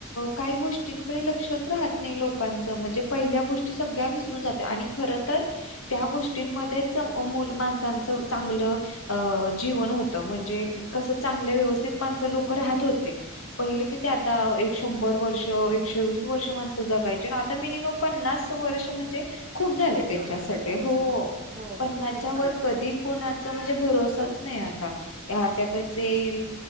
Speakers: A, on the left; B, on the right.
A: काही गोष्टींकडे लक्षच राहत नाही लोकांचं म्हणजे पहिल्या गोष्टी सगळ्या विसरून जातात आणि खर तर त्या गोष्टींमध्येच माणसांचं चांगलं अ जीवन होत म्हणजे कस चांगल्या व्यवस्थित माणसं लोक राहत होते पहिले की ते आता एक शंभर वर्ष एकशे वस वर्ष माण जगाय आता मिनिमम पन्नास वर्ष म्हणजे खूप झाले त्यांच्यासाठी
B: झालं खूप
A: हो
B: झालं हो
A: पन्नाच्या
B: हो खूप झालं
A: वर कधी कोणाचा म्हणजे भरोसाच नाही आता. अटकच येईल